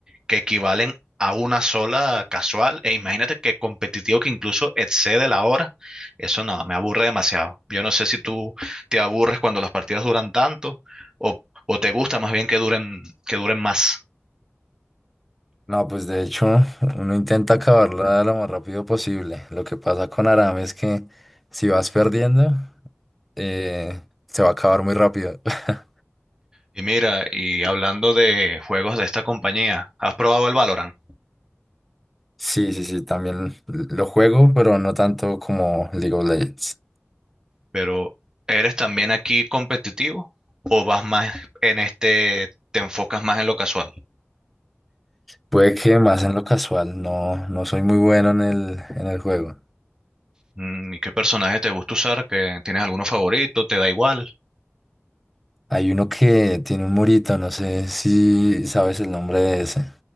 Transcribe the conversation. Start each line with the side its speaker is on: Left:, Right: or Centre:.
Right: que equivalen a una sola casual. E imagínate que competitivo que incluso excede la hora. Eso no, me aburre demasiado. Yo no sé si tú te aburres cuando las partidas duran tanto o, o te gusta más bien que duren, que duren más.
Centre: No, pues de hecho, uno intenta acabarla lo más rápido posible. Lo que pasa con Aram es que si vas perdiendo, eh, se va a acabar muy rápido. <laughs>
Right: Y mira, y hablando de juegos de esta compañía, ¿has probado el Valorant?
Centre: Sí, sí, sí, también lo juego, pero no tanto como League of Legends.
Right: Pero ¿eres también aquí competitivo o vas más en este, te enfocas más en lo casual?
Centre: Puede que más en lo casual, no, no soy muy bueno en el, en el juego.
Right: Mm, ¿Y qué personaje te gusta usar? ¿Que tienes alguno favorito? ¿Te da igual?
Centre: Hay uno que tiene un murito, no sé si sabes el nombre de ese.